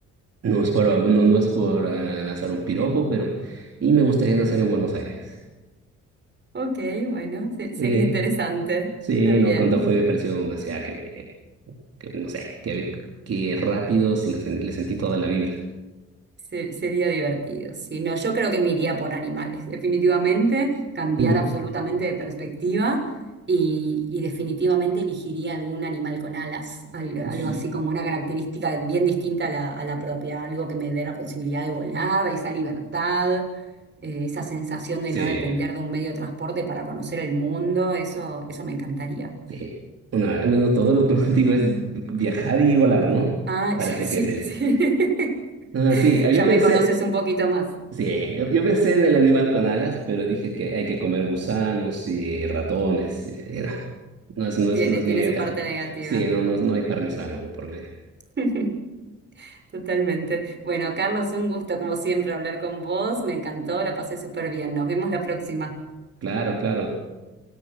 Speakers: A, on the right; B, on the right.
A: No es por, no, no es por eh, lanzar un piropo, pero... Y me gustaría nacer en Buenos Aires.
B: Ok, bueno, se- sería
A: Sí,
B: interesante.
A: sí,
B: Está bien.
A: no, cuando fui me pareció una ciudad que me... Que, no sé, que, que rápido se la sen- le sentí toda la vibra.
B: Se- sería divertido. Sí, no, yo creo que me iría por animales, definitivamente, cambiar
A: Mm,
B: absolutamente de perspectiva y, y definitivamente elegiría algún animal con alas, al- algo
A: Sí,
B: así como una característica bien distinta a la, a la propia, algo que me dé la posibilidad de volar, esa libertad, eh, esa sensación de
A: sí.
B: no depender de un medio de transporte para conocer el mundo, eso, eso me encantaría.
A: sí. Una- no, no, todo lo que <laughs> digo es viajar y volar, ¿no?
B: Ah,
A: Parece
B: <laughs> sí,
A: que es el...
B: sí. <laughs>
A: Ah, sí,
B: Ya
A: yo
B: me
A: pensé...
B: conoces un poquito más.
A: Sí, yo, yo pensé en el animal con alas, pero dije que hay que comer gusanos y ratones. y no, no es, no
B: Tiene,
A: es, no es
B: tiene
A: mi dieta.
B: su parte negativa.
A: Sí, no, no, no hay parmesano de por medio.
B: <laughs> Totalmente. Bueno, Carlos, un gusto como siempre hablar con vos. Me encantó, la pasé súper bien. Nos vemos la próxima.
A: Claro, claro.